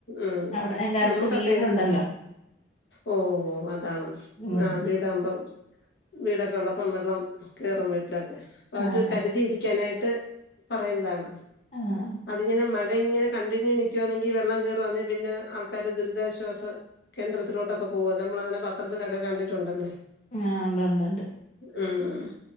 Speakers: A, on the left; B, on the left.
A: ഉം
B: അവിടെ എന്റെ അടുത്ത്
A: നമ്മുക്കൊക്കെ
B: വീടുണ്ടല്ലോ
A: എന്നാ ഓഹ് അതാണ്
B: ഉം
A: ആഹ് വീടാകുമ്പോ വീടൊക്കെള്ള പ്പം വെള്ളം കേറും വീട്ടിലൊക്കെ അപ്പ അവര്
B: ആഹ്
A: കരുതിയിരിക്കാനായിട്ട് പറയുന്നതാണ്
B: ആഹ്
A: അതിങ്ങനെ മഴ ഇങ്ങനെ കണ്ടിന്യൂ നിക്കുവാന്നെങ്കി വെള്ളം കേറുവാന്നെ പിന്നെ ആൾക്കാര് ദുരിതാശ്വാസ കേന്ദ്രത്തിലോട്ടൊക്കെ പോകു നമ്മളങ്ങനെ പത്രത്തിലൊക്കെ കണ്ടിട്ടുണ്ടല്ലേ
B: ആഹ് ഉണ്ട് ഉണ്ട് ഉണ്ട്
A: ഉം ഉം